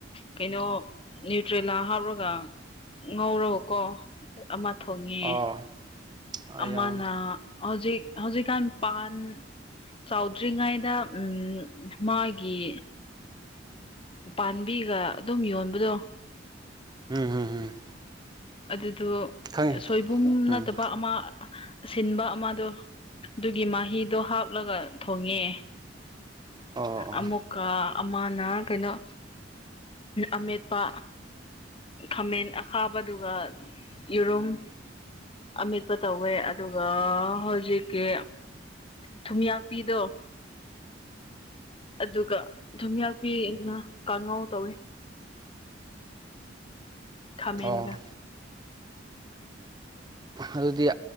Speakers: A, on the left (about 30°); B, on the right (about 25°).
A: ꯀꯩꯅꯣ ꯅ꯭ꫯꯌꯨꯇ꯭ꯔꯦꯂꯥ ꯍꯥꯞꯔꯒ ꯉꯧꯔꯒꯀꯣ ꯑꯃ ꯊꯣꯡꯉꯦ
B: ꯑꯣ ꯑꯌꯥ
A: ꯑꯃꯥꯅ ꯍꯧꯖꯤꯛ ꯍꯧꯖꯤꯛꯀꯥꯟ ꯄꯥꯟ ꯆꯥꯎꯗ꯭ꯔꯤ ꯉꯩꯗ ꯎꯝ ꯃꯥꯒꯤ ꯎꯄꯥꯟꯕꯤꯒ ꯑꯗꯨꯝ ꯌꯣꯟꯕꯗꯣ
B: ꯎꯝ ꯎꯝ ꯎꯝ
A: ꯑꯗꯨꯗꯣ
B: ꯈꯪꯉꯦ
A: ꯁꯣꯏꯕꯨꯝ
B: ꯎꯝ
A: ꯅꯠꯇꯕ ꯑꯃ ꯁꯤꯟꯕ ꯑꯃꯗꯣ ꯑꯗꯨꯒꯤ ꯃꯍꯤꯗꯣ ꯍꯥꯞꯂꯒ ꯊꯣꯡꯉꯦ
B: ꯑꯣ ꯑꯣ
A: ꯑꯃꯨꯛꯀ ꯑꯃꯅ ꯀꯩꯅꯣ ꯑꯃꯦꯠꯄ ꯈꯥꯃꯦꯟ ꯑꯈꯥꯕ ꯑꯗꯨꯒ ꯌꯦꯔꯨꯝ ꯑꯗꯨ ꯑꯃꯤꯠꯄ ꯇꯧꯋꯦ ꯑꯗꯨꯒ ꯍꯧꯖꯤꯛꯀꯤ ꯊꯨꯝꯌꯥꯛꯄꯤꯗꯣ
B: <inaudible>
A: ꯑꯗꯨꯒ ꯊꯨꯝ ꯌꯥꯛꯄꯤꯅ ꯉꯥ ꯀꯥꯡꯉꯥꯎ ꯇꯧꯋꯤ ꯈꯥꯃꯦꯟꯒ
B: ꯑꯣ ꯑꯗꯨꯗꯤ